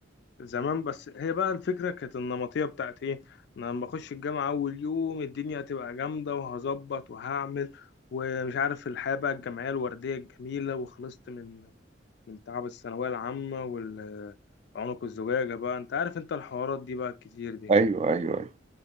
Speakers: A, on the left; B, on the right.
A: فزمان بس هي بقى الفكره كانت النمطيه بتاعت ايه إن انا لما اخش الجامعه اول يوم الدنيا هتبقى جامده وهظبط وهعمل ومش عارف الحياه بقى الجامعيه الورديه الجميله وخلصت من من تعب الثانوية العامة والعنق الزجاجة بقى انت عارف انت الحوارات دي بقى الكتير دي
B: ايوه ايوه ايوه